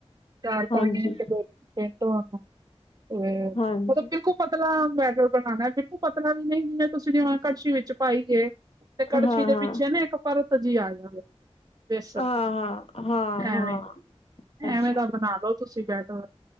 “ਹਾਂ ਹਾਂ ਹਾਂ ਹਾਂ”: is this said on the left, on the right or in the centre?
Left